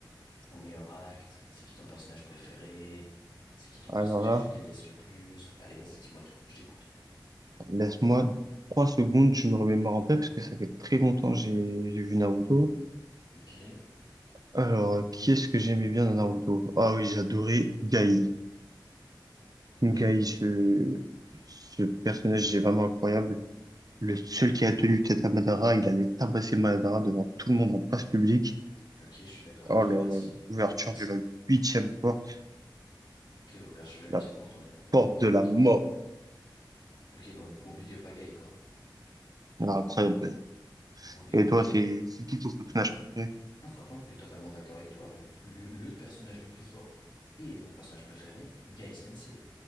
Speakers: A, on the left; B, on the right.
A: ton meilleur acte? C'est qui ton personnage préféré? C'est qui ton
B: Alors
A: personnage
B: là.
A: que tu détestes le plus? Allez, vas-y, dis-moi tout, je t'écoute.
B: Laisse-moi trois secondes, je me remets en paix parce que ça fait très longtemps que j'ai j'ai vu Naruto.
A: Ok.
B: Alors, euh, qui est-ce que j'aimais bien dans Naruto? Ah oui, j'adorais Gai. Gai,
A: Guy?
B: ce, ce personnage est vraiment incroyable. Le seul qui a tenu tête à Madara, il allait tabasser Madara devant tout le monde en place publique.
A: Ok, je suis d'accord avec
B: Oh
A: toi,
B: là
A: merci.
B: là, là, l'ouverture
A: Merci.
B: de la huitième porte,
A: Ok, ouvert sur la huitième
B: la
A: porte, on est... oh,
B: porte
A: Donc gros
B: de la
A: big...
B: mort.
A: Ok, donc gros big up à Guy, quoi.
B: Ah, incroyable.
A: Gros big...
B: Et
A: Ok.
B: toi, c'est c'est qui ton personnage préféré?
A: Non, franchement, je suis totalement d'accord avec toi. Le, le personnage le plus fort et mon personnage préféré, Guy Sensei,